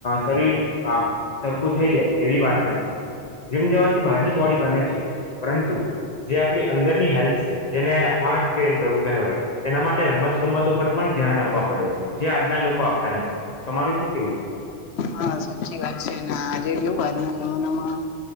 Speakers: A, on the left; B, on the left.
A: શરીર સરખું થઈ જાય એવી વાત નથી જીમ જવાથી બહારની બોડી બને છે પરંતુ જે આપણી અંદરની હેલ્થ છે જેને હાર્ટ ટ્રેન કરવું કહેવાય તેના માટે રમત ગમતો પર પણ ધ્યાન આપવા પડે છે જે આજના લોકો આપતા નથી તમારું શું કેવું છે
B: હા સાચી વાત છે આજે જોવું આજના જમાનામાં